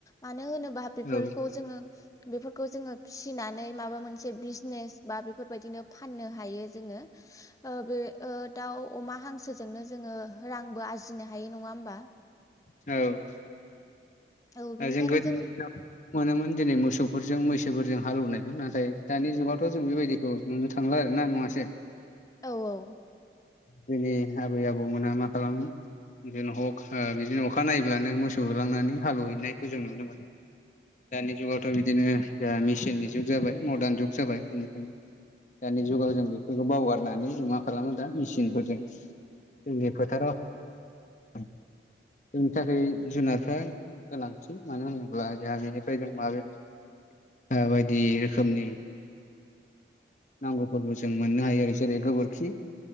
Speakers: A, on the left (about 20°); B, on the left (about 45°).
A: मानो होनोबा बेफोरखौ
B: औ
A: जोङो बेफोरखौ जोङो फिसिनानै माबा मोनसे बिजनेस बा बेफोरबायदिनो फाननो हायो जोङो बे दाउ अमा हांसोजोंनो जोङो रांबो आरजिनो हायो नङा होमबा
B: औ
A: औ बिनिखायनो
B: जों गोदोनि
A: जोंनि
B: दिनाव <unintelligible> मोनोमोन दिनै मोसौफोरजों मैसोफोरजों हाल एवनायखौ नाथाय दानि जुगावथ' जों बेबायदि खौ नुनो थांला आरो ना नङाआसे <unintelligible>
A: औ औ
B: जोंनि आबै आबौमोना मा खालाम जेन बिदिनो अखा नायब्लानो मोसौ होलांनानै हाल एवहैनायखौ जों नुनो मोनो दानि जुगावथ' बिदिनो जोंहा मेसिननि जुग जाबाय मदार्न जुग जाबाय बेनिखायनो दानि जुगाव जों बेफोरखौ बावगारनानै जों मा खालामो दा मेसिनफोरजों जोंनि फोथाराव जोंनि थाखाय जुनारफ्रा गोनांथि मानो होनोब्ला जोंहा बेनिफ्राय जों माबे बायदि रोखोमनि नांगौफोरबो जों मोननो हायो आरो जेरै गोबोरखि